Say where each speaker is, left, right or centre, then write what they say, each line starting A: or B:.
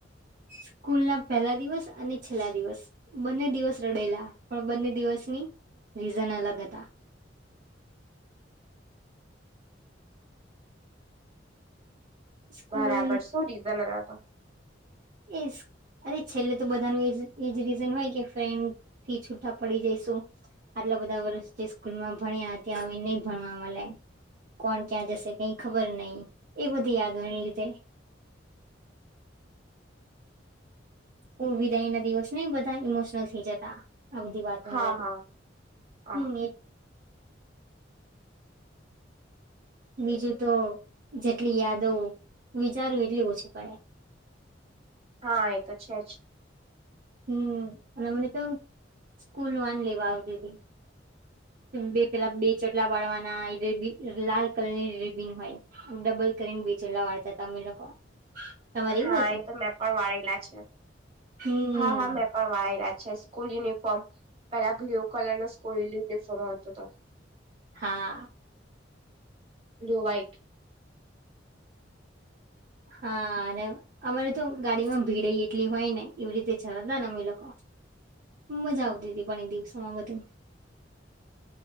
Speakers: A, on the right; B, on the right.
A: સ્કૂલ ના પહેલા દિવસ અને છેલ્લા દિવસ બંને દિવસ રડેલા, પણ બંને દિવસની રીઝન અલગ હતા. સ્કૂલ
B: બરાબર શું રીઝન હતાતો
A: એસ અરે છેલ્લે તો બધાનું એજ એજ રીઝન હોય કે ફેન થી છૂટા પડી જઈશું. આટલા બધા વર્ષ જે સ્કૂલમાં ભણ્યા, ત્યાં હવે નહી ભણવા મળે. કોણ ક્યાં જશે કઈ ખબર નહી, એ બધી યાદો ને લીધે. હું વિદાય ના દિવસ નહી બધા ઈમોશનલ થઈ જતા. આ બધી વાતોને
B: હા
A: યાદ,
B: હા હા
A: હમ્મ એ બીજું તો જેટલી યાદો વિચારૂ એટલી ઓછું પડે.
B: હા એ તો છે જ
A: હમ્મ અને અમને તો સ્કૂલ વાન લેવા આવતી થી
B: <inaudible>
A: બે પેલા બે ચોટલા બાળવાના, રેબિન લાલ કલરની રેબિન હોય. ડબલ કરીન બી ચોટલા વાળતા તમે લોકો? તમારે
B: હા
A: એવું હતું?
B: એ તો મેં પણ વાળલા છે,
A: હમ્મ.
B: હા હા મે પણ વાયડા છે, સ્કૂલ યુનિફોર્મ પેલા બ્લુ કલર નો સ્કુલ યુલીફોમ હોતો તો
A: હા
B: બ્લુ વાઈટ
A: હા ને અમારે તો ગાડીમાં ભીડે એટલી હોયને, એવી રીતે જરાતા ને અમે લોકો. મજા આવતી હતી પણ એ દિવસોમાં બધું.